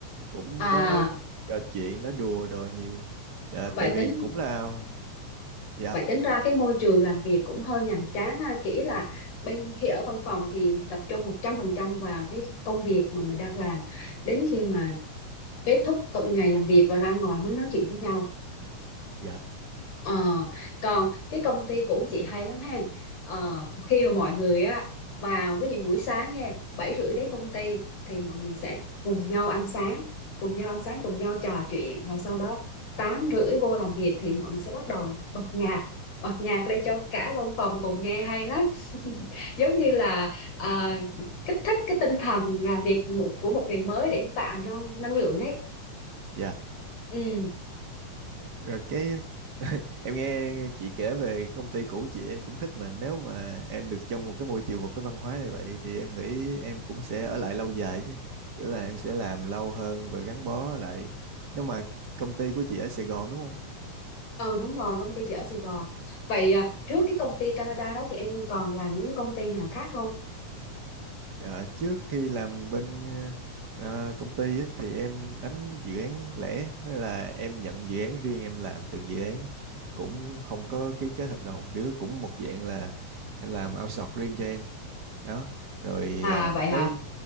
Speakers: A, on the right (about 45°); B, on the left (about 55°).
A: cũng
B: à
A: có nói trò chuyện nói đùa đồ nhiều dạ
B: vậy
A: tại vì
B: tính
A: cũng là dạ
B: Vậy tính ra
A: chị-
B: cái môi trường làm việc cũng hơi nhàm chán ha. Chỉ là bên khi ở văn phòng thì tập trung 100% vào cái công việc mà mình đang làm. Đến khi mà kết thúc cận ngày làm việc và ra ngoài mới nói chuyện với nhau
A: dạ
B: Ờ, còn cái công ty của chị hay lắm ha Ờ, khi mà mọi người á vào ví dụ buổi sáng nha bảy rưỡi đến công ty thì mọi người sẽ cùng nhau ăn sáng cùng nhau ăn sáng cùng nhau trò chuyện rồi sau đó tám rưỡi vô làm việc thì mọi người sẽ bắt đầu bật nhạc bật nhạc lên cho cả văn phòng cùng nghe hay lắm giống như là à, kích thích cái tinh thần làm việc một- của một ngày mới để tạo năng năng lượng ấy
A: dạ
B: ừ
A: rồi cái <laughs> em nghe chị kể về công ty cũ chị em cũng thích mà nếu mà em được trong một cái môi trường một cái văn hóa như vậy thì em nghĩ em cũng sẽ ở lại lâu dài chứ kiểu là em sẽ làm lâu hơn và gắn bó lại nếu mà công ty của chị ở Sài Gòn đúng không
B: Ừ đúng rồi, công ty chị ở Sài Gòn. Vậy à, trước cái công ty Canada đó thì em còn làm những cái công ty nào khác không?
A: Ờ, trước khi làm bên ờ, công ty á, thì em đánh dự án lẻ tức là em nhận dự án riêng em làm từng dự án cũng không có ký kết hợp đồng kiểu cũng một dạng là em làm outsource riêng cho em đó rồi
B: À
A: ờ,
B: vậy hả?
A: tới